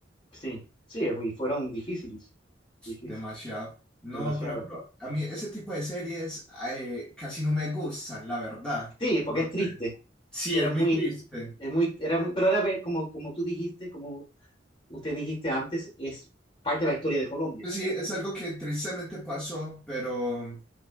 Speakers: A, on the left; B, in the centre.
A: Sí, sí, y fueron difíciles, difíciles,
B: demasiado. No,
A: demasiado.
B: por ejemplo, a mí ese tipo de series eh, casi no me gustan, la verdad.
A: Sí, porque
B: No
A: es triste.
B: sé. Sí,
A: Era
B: es
A: muy,
B: muy triste.
A: es muy, era muy- pero ahora ve, como, como tú dijiste, como usted dijiste antes, es parte de la historia de Colombia.
B: Pues sí, es algo que tristemente pasó, pero...